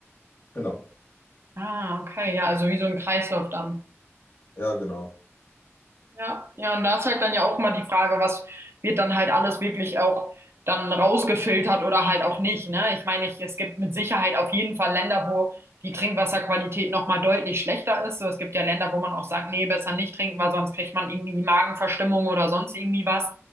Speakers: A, on the left; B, on the right.
A: Genau,
B: Ah, okay, ja, also wie so ein Kreislauf dann.
A: ja, genau,
B: Ja, ja, und da ist halt dann ja auch immer die Frage, was wird dann halt alles wirklich auch dann rausgefiltert oder halt auch nicht, ne? Ich meine, ich, es gibt mit Sicherheit auf jeden Fall Länder, wo die Trinkwasserqualität nochmal deutlich schlechter ist. So, es gibt ja Länder, wo man auch sagt, nee, besser nicht trinken, weil sonst kriegt man irgendwie Magenverstimmung oder sonst irgendwie was.